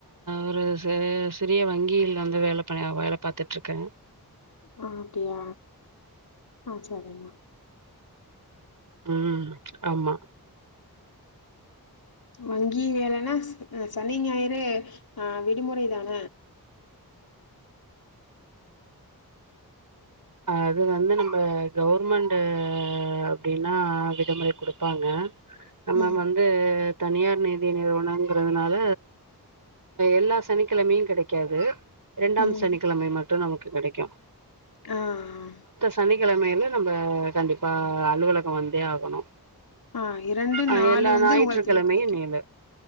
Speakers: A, on the right; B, on the left.
A: ஒரு ச சிறிய வங்கியில வந்து வேல பண்ணி வேல பார்த்துட்டு இருக்கே
B: ஓ அப்டியா அ சரிமா
A: உம் ஆமா
B: வங்கி வேலன்னா சனி ஞாயிறு ஆ விடுமுறை தான
A: அது வந்து நம்ம கவர்மெண்ட் அப்டின்னா விடுமுறை குடுப்பாங்க நம்ப
B: ம்
A: வந்து தனியார் நிதி நிறுவனங்கிறதுனால எல்லா சனிக்கிழமையு கிடைக்காது இரண்டாம்
B: ம்
A: சனிக்கிழமை மட்டு நமக்கு கிடைக்கு
B: ஆ ஆ
A: சனிக்கிழமையில நம்ப கண்டிப்பா அலுவலக வந்தே ஆகணு
B: ஆ இரண்டு
A: அ
B: நாலு
A: எல்லா
B: வந்து
A: ஞாயிற்றுக்கிழமையு
B: உங்களுக்கு லீவ் கிடைக்கு
A: லீவு